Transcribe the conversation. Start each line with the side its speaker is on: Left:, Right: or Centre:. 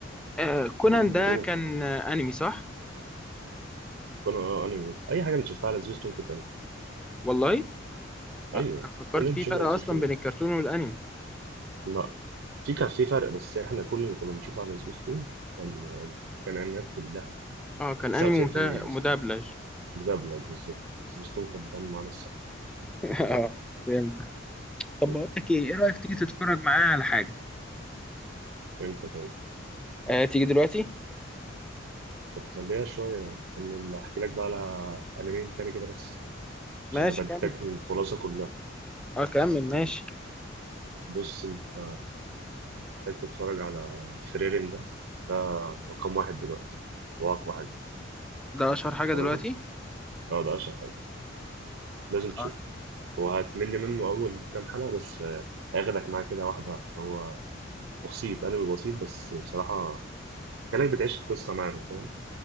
Centre: آه، كونان
Right: كتير
Centre: ده
Right: اوفر
Centre: كان آه، انمي صح
Right: كون اه انمي اي حاجه انت شفتها على سبيستون كانت انمي
Centre: والله آه،
Right: ايوه
Centre: انا فكرت
Right: كل اللي انت
Centre: في
Right: شفتها
Centre: فرق
Right: على
Centre: اصلا
Right: سبيستون
Centre: بين
Right: ده.
Centre: الكرتون والانمي
Right: لا في كان في فرق بس احنا كل اللي كنا بنشوفه على سبيستون كان آه، كان انميات كلها
Centre: اه كان
Right: 99%
Centre: انمي متا- مدبلج
Right: بس مدبلج بالظبط سبيستون كان بيتعامل معانا الصح
Centre: <laughs> اه فهمت طب
Right: <laughs>
Centre: بقول لك ايه ايه رايك تيجي تتفرج معايا على حاجه
Right: امتى طيب
Centre: آه تيجي دلوقتي
Right: طب خليها شويه اكمل احكي لك بقى على انميين تاني كده بس
Centre: ماشي
Right: عشان انا بديتك
Centre: كمل
Right: الخلاصه كلها
Centre: اه كمل ماشي
Right: بص انت محتاج تتفرج على فريرين ده ده رقم واحد دلوقتي واقوى حاجه
Centre: ده اشهر حاجة
Right: تمام
Centre: دلوقتي
Right: اه ده اشهر حاجه لازم تشوفه
Centre: اه
Right: هو هتمل منه أول كام حلقة بس آه، هياخدك معاه كده واحدة واحدة هو بسيط أنا بسيط بس بصراحة كأنك بتعيش القصة معاهم فاهم؟